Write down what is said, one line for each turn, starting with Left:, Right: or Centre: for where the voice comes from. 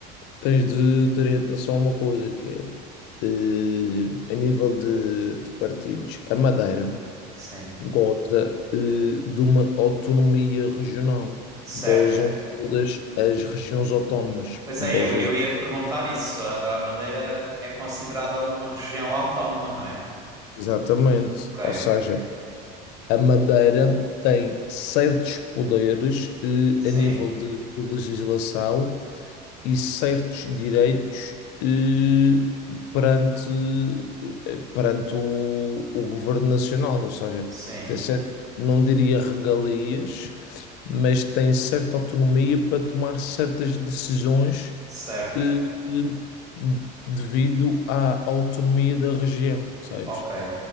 Left: tens de ter atenção a uma coisa que é, eh, a nível de, de partidos, a Madeira.
Right: sim.
Left: goza eh, de uma autonomia regional, que
Right: Certo.
Left: gozam todas as regiões autónomas.
Right: Pois
Left: Gozam
Right: é, eu, eu ia te perguntar isso. A, a Madeira é considerada uma região autónoma, não é?
Left: exatamente.
Right: Ok.
Left: Ou seja, a Madeira tem certos poderes
Right: Sim,
Left: eh, a nível de, de legislação e certos direitos eh, perante, eh, perante o, o governo nacional, ou seja,
Right: sim,
Left: tem certa, não diria regalias, mas tem certa autonomia para tomar certas decisões
Right: certo.
Left: eh, eh, devido à autonomia da região, percebes?
Right: Ok.